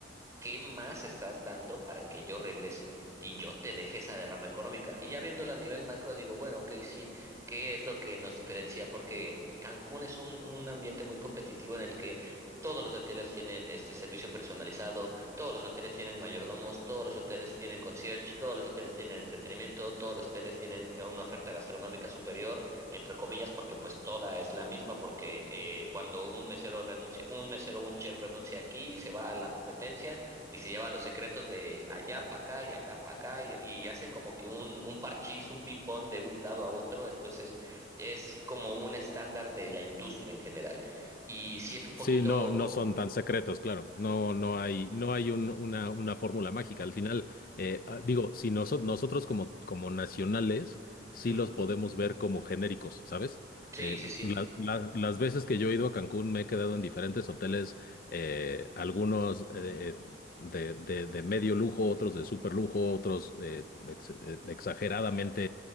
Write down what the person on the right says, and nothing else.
¿Qué más estás dando para que yo regrese y yo te deje esa derrama económica? Y ya viéndolo a nivel macro, digo, bueno, ok, sí, ¿qué es lo que nos diferencia? Porque Cancún es un, un ambiente muy competitivo en el que todos los hoteles tienen este servicio personalizado, todos los hoteles tienen mayordomos, todos los hoteles tienen concierge, todos los hoteles tienen entretenimiento, todos los hoteles tienen eh, una oferta gastronómica superior, entre comillas, porque pues toda es la misma, porque eh, cuando un mesero renuncia, un mesero, un chef renuncia aquí, se va a la competencia y se lleva los secretos de allá para acá y de acá para acá y, y hacen como que un, un parchís, un ping-pong de un lado a otro, entonces es como un estándar de la industria en general. Y sí es un poquito...
Ujú.
Sí,
sí, sí,